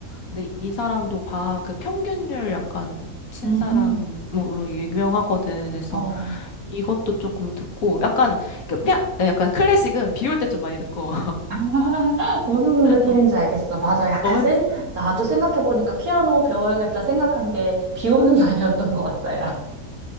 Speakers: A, on the left; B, on the right.
A: 근데 이 사람도 바하 그 평균율 약간 친
B: 음,
A: 사람으로 유명하거든. 그래서
B: 어. 어.
A: 이것도 조금 듣고 약간 그 피 약간 클래식은 비올 때 좀 많이 듣고
B: <laughs> 무슨
A: <laughs>
B: 느낌인지
A: 어,
B: 알겠어. 맞아. 약간
A: 어, 왠지
B: 센, 나도 생각해보니까 피아노 배워야겠다 생각한 게 비 오는 <laughs> 날이었던 것 같다, 야.